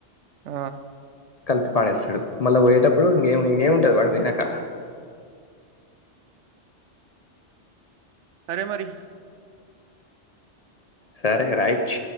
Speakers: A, on the right; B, on the left.
A: ఆ
B: కలిపి పాడేస్తాడు మళ్ళా పోయేటప్పుడు ఇంకేం ఇంకేం ఉంటది వాడు పోయినాక
A: సరే మరి
B: సరే రైట్